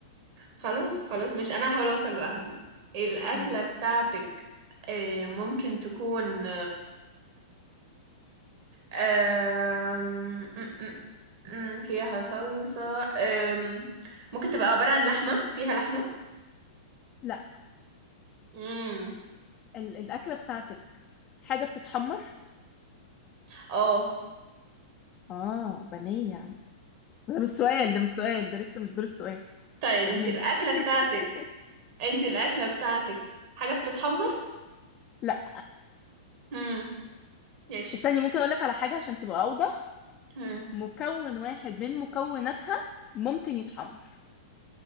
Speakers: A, on the right; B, on the left.
A: خلاص خلاص مش انا هحاول اوصل لوحدي الاكله
B: ماشي
A: بتاعتك إيه ممكن تكون أم... م- م- م- فيها صلصة أم... ممكن تبقى عبارة عن لحمة فيها لحمة
B: لا
A: امم
B: ال الأكلة بتاعتك حاجة بتتحمر
A: اه
B: اه بانيه يعني ده مش سؤال ده مش سؤال ده لسه مش دور السؤال
A: طيب
B: كملي
A: انت الأكلة
B: <laughs>
A: بتاعتك انت الأكلة بتاعتك حاجة بتتحمر
B: لا
A: امم ماشي
B: استني ممكن اقول لك على حاجه عشان تبقى اوضح
A: مم.
B: مكون واحد من مكوناتها ممكن يتحمر